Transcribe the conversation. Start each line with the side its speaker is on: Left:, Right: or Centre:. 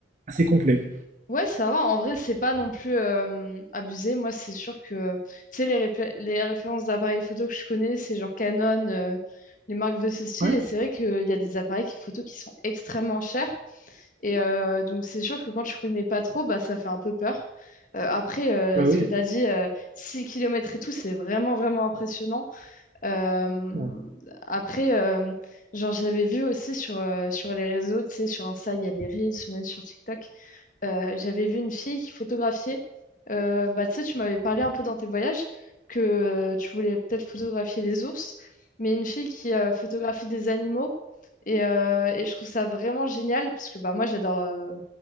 Right: assez complet.
Left: ouais, ça va. En vrai, c'est pas non plus euh, abusé. Moi, c'est sûr que, tu sais, les, répé- les références d'appareils photo que je connais, c'est genre Canon, euh, les marques de ce style.
Right: Ouais,
Left: Et c'est vrai qu'il y a des appareils qui- photo qui sont extrêmement chers. Et euh, donc, c'est sûr que quand tu connais pas trop, bah, ça fait un peu peur. Euh, après, euh,
Right: bah
Left: ce
Right: oui.
Left: que tu as dit, euh, 6 km et tout, c'est vraiment, vraiment impressionnant. Euh,
Right: Ouais,
Left: après, euh, genre, j'avais vu aussi sur, euh, sur les réseaux, tu sais, sur Insta, il y a des Reels ou même sur TikTok. euh, j'avais vu une fille qui photographiait. euh, bah, tu sais, tu m'avais parlé un peu dans tes voyages que euh, tu voulais peut-être photographier des ours, mais une fille qui euh, photographie des animaux. Et, euh, et je trouve ça vraiment génial parce que bah, moi, j'adore euh,